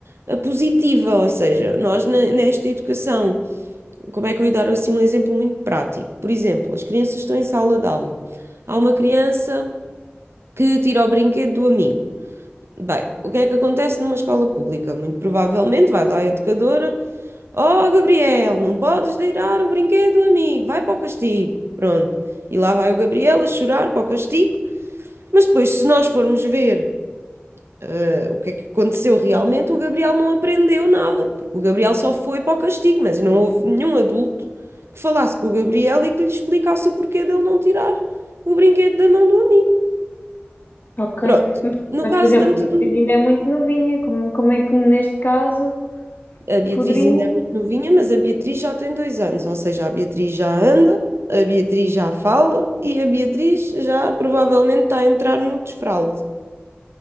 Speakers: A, on the right; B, on the left.
A: ah, positiva. Ou seja, nós ne- nesta educação, como é que eu ia dar assim um exemplo muito prático? Por exemplo, as crianças estão em sala de aula. Há uma criança que tira o brinquedo do amigo. Bem, o que é que acontece numa escola pública? Muito provavelmente vai lá a educadora. Oh, Gabriel, não podes deirar o brinquedo, amigo, vai para o castigo. Pronto. E lá vai o Gabriel a chorar para o castigo, mas depois, se nós formos ver eh, o que é que aconteceu realmente, o Gabriel não aprendeu nada, porque o Gabriel só foi para o castigo, mas não houve nenhum adulto que falasse com o Gabriel e que lhe explicasse o porquê dele não tirar o brinquedo da mão do amigo.
B: ok.
A: Pronto. No
B: Mas,
A: caso
B: por exemplo,
A: da metodologia.
B: a minha filha ainda é muito novinha, como, como é que neste caso
A: A Beatriz
B: poderia.
A: ainda é muito novinha, mas a Beatriz já tem dois anos, ou seja, a Beatriz já anda, a Beatriz já fala e a Beatriz já provavelmente está a entrar no desfralde.